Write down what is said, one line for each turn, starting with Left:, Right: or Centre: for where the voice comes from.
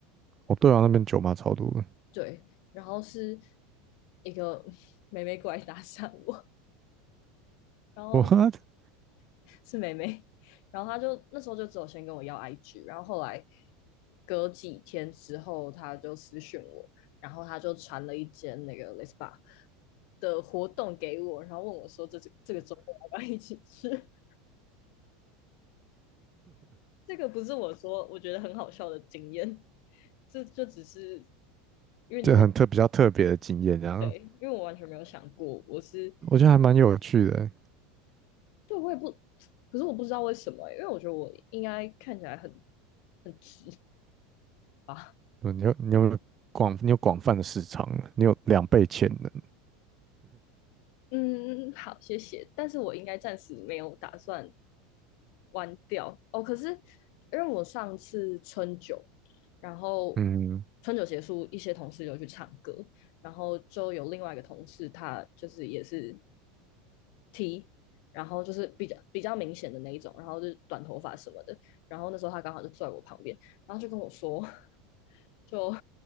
Right: 哦，对啊，那边酒吧超多的，
Left: 对，然后是一个 <laughs> 妹妹过来搭讪我，然后
Right: 我 <laughs>
Left: 是妹妹，然后她就那时候就只有先跟我要 IG，然后后来隔几天之后，她就私讯我，然后她就传了一间那个 Lespa。的活动给我，然后问我说这这这个周末要不要一起吃？<laughs> 这个不是我说我觉得很好笑的经验，这就只是因为你问我
Right: 这很特比较特别的经验，这样
Left: 对，因为我完全没有想过，我是
Right: 我觉得还蛮有趣的欸。
Left: 对我也不，可是我不知道为什么欸因为我觉得我应该看起来很很直吧，
Right: 嗯，你有你有广你有广泛的市场，你有两倍潜能。
Left: 嗯，好，谢谢。但是我应该暂时没有打算关掉哦。可是因为我上次春酒，然后
Right: 嗯，
Left: 春酒结束，一些同事就去唱歌，然后就有另外一个同事，他就是也是 T，然后就是比较比较明显的那一种，然后就是短头发什么的。然后那时候他刚好就坐在我旁边，然后就跟我说，<laughs> 就